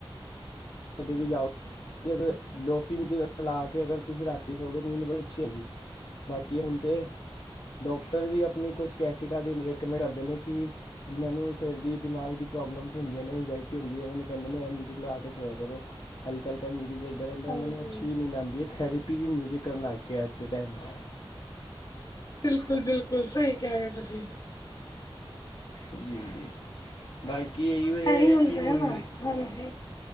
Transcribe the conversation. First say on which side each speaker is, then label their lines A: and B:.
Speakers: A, on the left; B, on the left.
A: ਕਦੇ ਵੀ ਜਾਓ। ਮਤਲਬ ਲੋਫੀ ਮਿਉਜ਼ਿਕ ਲਾ ਕੇ ਅਗਰ ਤੁਸੀਂ ਰਾਤੀ ਸੋਗੇ, ਨੀਂਦ ਬੜੀ ਅੱਛੀ ਆਏਗੀ। ਬਾਕੀ ਹੁਣ ਤੇ, ਡਾਕਟਰ ਵੀ ਆਪਣੀ ਕੁਛ ਕੈਸਿਟਾਂ ਦੀ ਰਿਕਮੈਂਡ ਕਰਦੇ ਨੇ ਕਿ। ਜਿਹਨ੍ਹਾਂ ਨੂੰ ਸਿਰ ਦੀ, ਦਿਮਾਗ ਦੀ, ਪ੍ਰੋਬਲਮਸ ਹੁੰਦੀਆਂ ਨੇ ਐਗਜ਼ਾਇਟੀ ਹੁੰਦੀ ਹੈ ਉਹਨਾਂ ਨੂੰ ਕਹਿੰਦੇ ਨੇ ਆਹ ਮਿਊਜ਼ਿਕ ਲਾ ਕੇ ਸੋਇਆ ਉਹ ਹਲਕਾ ਹਲਕਾ ਮਿਊਜ਼ਿਕ ਵਜਦਾ ਰਹਿੰਦਾ
B: ਹਾਂਜੀ।
A: ਉਹਨਾਂ ਨੂੰ ਅੱਛੀ ਹੀ ਨੀਦ ਆਉਂਦੀ ਹੈ ਥੈਰੀਪ। ਵੀ ਮਿਊਜ਼ਿਕ ਕਰਨ ਲੱਗ ਗਿਐ ਅੱਜ ਦੇ ਟਾਈਮ ਤੇ
B: ਬਿਲਕੁਲ ਬਿਲਕੁਲ, ਸਹੀ ਕਹਿ ਰਹੇ ਤੁਸੀਂ
A: ਜੀ - ਜੀ, ਬਾਕੀ
B: ਹੁਣ
A: ਇਓ ਹੈ
B: ਇਹੀ ਹੁੰਦਾ
A: ਕਿ ਮਿਊਜ਼
B: ਨਾ, ਹਾਂਜੀ।